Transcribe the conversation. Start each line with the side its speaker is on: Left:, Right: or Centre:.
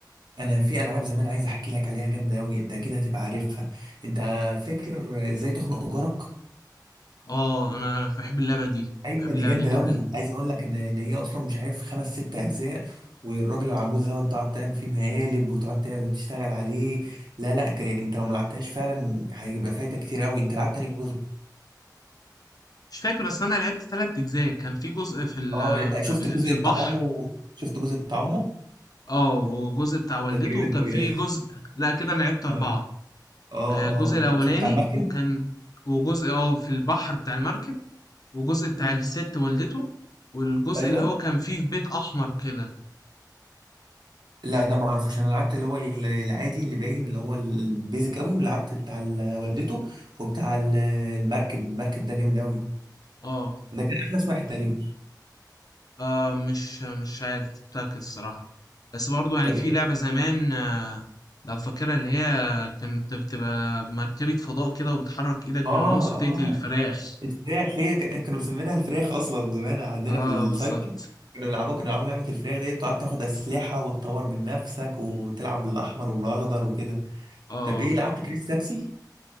Right: انا في العاب زمان عايز احكي لك عليها جامدة قوي انت اكيد هتبقى عارفها انت فاكر ازاي تخنق جارك
Left: اه انا بحب اللعبة دي
Right: ايوه
Left: بحب
Right: دي
Left: اللعبة
Right: جامدة
Left: دي جدا
Right: قوي عايز اقول لك ان ان هي اصلا مش عارف خمس ست اجزاء والراجل العجوز دوت تقعد تعمل فيه مقالب وتقعد تعمل تشتغل عليه لا لا يعني انت لو ما لعبتهاش فعلا هيبقى فايتك كتير قوي انت لعبت تاني جزء
Left: مش فاكر بس انا لعبت ثلاث اجزاء كان في جزء في ال-
Right: اه
Left: في
Right: شفت الجزء
Left: في البحر
Right: بتاع امه شفت الجزء بتاع امه
Left: اه وجزء بتاع والدته
Right: ده جامد
Left: وكان
Right: قوي
Left: فيه
Right: ده
Left: جزء لا كده انا لعبت اربعة
Right: اه اه
Left: آه،
Right: اه
Left: الجزء
Right: والجزء
Left: الاولاني
Right: بتاع المركب
Left: وكان وجزء اه في البحر بتاع المركب وجزء بتاع
Right: امم
Left: الست والدته والجزء
Right: ايوه
Left: اللي هو كان فيه في بيت احمر كده
Right: لا ده ما اعرفوش انا لعبت اللي هو ال- العادي اللي باين اللي هو البيزك قوي ولعبت بتاع ال- والدته وبتاع ال- المركب المركب ده جامد قوي
Left: اه
Right: ده كان احدث واحد تقريبا
Left: آه، مش مش عارف متأكد الصراحة بس برضو يعني
Right: طب
Left: في
Right: ايه
Left: لعبة زمان آه، لو فاكرها اللي هي كانت بتبقى مركبة فضاء كده وبتحرك ايدك
Right: اه
Left: بالماوس وتقتل
Right: اه
Left: الفراخ
Right: الفراخ هي ك- كانوا مسمينها الفراخ اصلا زمان عندنا
Left: اه
Right: في السايبر
Left: بالظبط
Right: كانوا يلعبوها كانوا يلعبوا لعبه الفراخ دي بتقعد تاخد اسلحه وتطور من نفسك وتلعب بالاحمر والاخضر وكده
Left: اه
Right: طب ايه لعبت كريس تاكسي